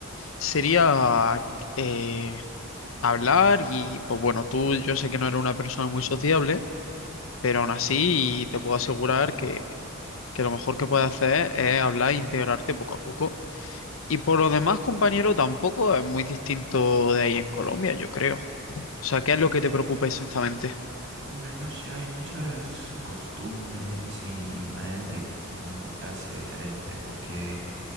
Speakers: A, on the left; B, on the right.
A: sería eh, hablar y pues bueno, tú yo sé que no eres una persona muy sociable, pero aún así te puedo asegurar que, que lo mejor que puedes hacer es hablar e integrarte poco a poco. Y por lo demás, compañero, tampoco es muy distinto de ahí en Colombia, yo creo. O sea, ¿qué es lo que te preocupa exactamente?
B: Hombre, no sé, hay muchas costumbres y maneras de comportarse diferentes, porque,